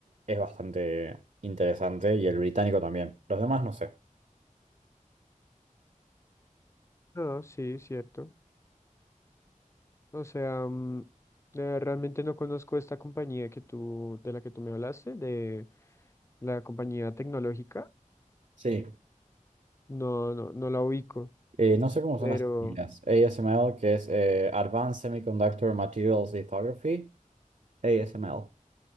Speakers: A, on the right; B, on the left.
A: es bastante interesante y el británico también. Los demás no sé.
B: No, sí, cierto. O sea, mm, eh, realmente no conozco esta compañía que tú, de la que tú me hablaste, de la compañía tecnológica.
A: Sí,
B: No, no, no la ubico,
A: eh, no sé cómo son
B: pero...
A: las siglas. ASML, que es eh, Advanced Semiconductor Materials Lithography. ASML.